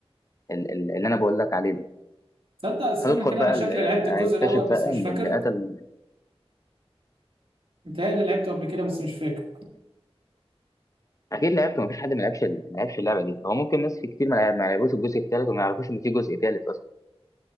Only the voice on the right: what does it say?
تصدق استنى
كده
انا شكلي
لعبت الجزء
الاول بس
مش
فاكر
متهيألي لعبته قبل كده بس مش فاكر